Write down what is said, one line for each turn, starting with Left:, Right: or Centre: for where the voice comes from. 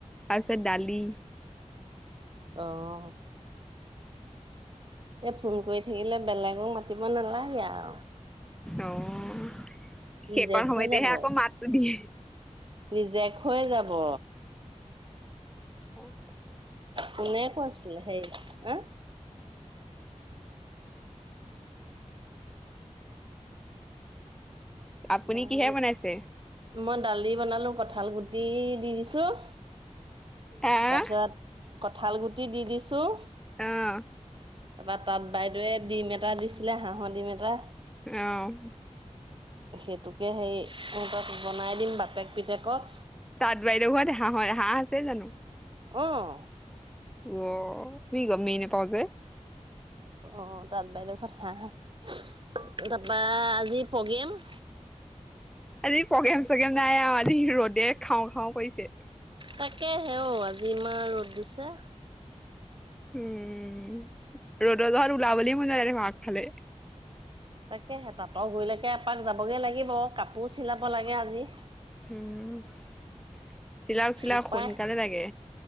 Centre: তাৰপিছত দালি।
Right: অহ এ ফোন কৰি থাকিলে বেলেগক মাতিব নালাগে আৰু।
Centre: অহ'
Right: ৰিজেক্ট
Centre: এইবাৰ সময়তেহে
Right: হৈ যাব
Centre: আকৌ মাতটো দি।
Right: ৰিজেক্ট হৈ যাব।
Centre: অহ
Right: কোনে কৈছিল হেৰী হা
Centre: আপুনি
Right: মই
Centre: কিহে
Right: হেৰী
Centre: বনাইছে
Right: মই দালি বনালো। কঠাল গুটি দি দিছো তাৰপিছত
Centre: আহ
Right: কঠাল গুটি দি দিছো ছোঁ।
Centre: অহ'
Right: তাৰ পা তাঁত বাইদেৱে ডিম এটা দিছিলে হাঁহৰ ডিম এটা।
Centre: অহ'
Right: সেইটোকে হেৰি সিহঁতক বনাই দিম বাপেক পিতেকক
Centre: তাঁত বাইদেউ ঘৰত হাঁহ হয় হাঁহ আছে জানো?
Right: অ '
Centre: অ' আমি গমেই নাপাওঁ যে
Right: অ' তাত বাইদেউ ঘৰত হাঁহ আছে। তাৰ পা আজি প্ৰগ্ৰেম?
Centre: আজি প্ৰগেম চগ্ৰেম নাই আৰু আজি ৰ'দে খাওঁ খাওঁ কৰিছে।
Right: তাকে হেঁও আজি ইমাৰ ৰ'দ দিছে।
Centre: উম ৰ'দত জহত ওলাবলৈ মন যায় আগ ফালে
Right: তাকেহে তাঁতৰ গুৰিলেকে এপাক যাবগৈ লাগিব কাপোৰ চিলাব লাগে আজি
Centre: হম চিলাওক চিলাওক
Right: উপায়
Centre: সোনকালে লাগে